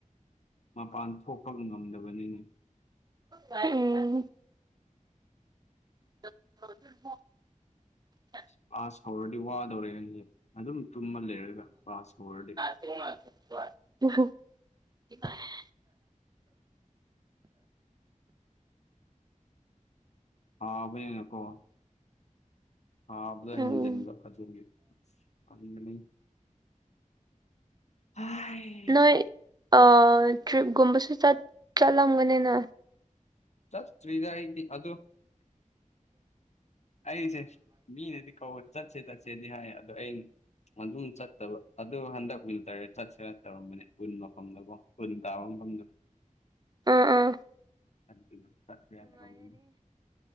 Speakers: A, on the left; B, on the right.
A: ꯃꯄꯥꯟ ꯊꯣꯛꯄꯒ ꯉꯝꯗꯕꯅꯤꯅꯤ
B: ꯎꯝ <inaudible>
A: ꯀ꯭ꯂꯥꯁ ꯍꯧꯔꯗꯤ ꯋꯥꯗꯧꯔꯦ ꯑꯩꯁꯦ ꯑꯗꯨꯝ ꯇꯨꯝꯃ ꯂꯩꯔꯒ ꯀ꯭ꯂꯥꯁ ꯍꯧꯔꯗꯤ
B: <unintelligible>
A: ꯁꯥꯕꯅꯦꯅꯀꯣ ꯁꯥꯕꯗꯣ
B: ꯎꯝ
A: ꯍꯦꯟꯖꯤꯟꯕ ꯑꯗꯨꯒꯤ ꯇꯟꯕꯅꯦ <unintelligible>
B: ꯅꯣꯏ ꯑ ꯇ꯭ꯔꯤꯞꯀꯨꯝꯕꯁꯨ ꯆꯠ ꯆꯠꯂꯝꯒꯅꯤꯅ
A: ꯆꯠꯇ꯭ꯔꯤꯗ ꯑꯩꯗꯤ ꯑꯗꯨ ꯑꯩꯁꯦ ꯃꯤꯅꯗꯤ ꯀꯧꯕ ꯆꯠꯁꯦ ꯆꯠꯁꯦꯗꯤ ꯍꯥꯏ ꯑꯗꯣ ꯑꯩꯅ ꯑꯗꯨꯝ ꯆꯠꯇꯕ ꯑꯗꯨ ꯍꯟꯗꯛ ꯋꯤꯟꯇꯔ ꯆꯠꯁꯤꯔ ꯇꯧꯔꯝꯕꯅꯦ ꯎꯟ ꯃꯐꯝꯗꯀꯣ ꯎꯟ ꯇꯥꯕ ꯃꯐꯝꯗꯨ
B: ꯎꯝ ꯎꯝ
A: <unintelligible>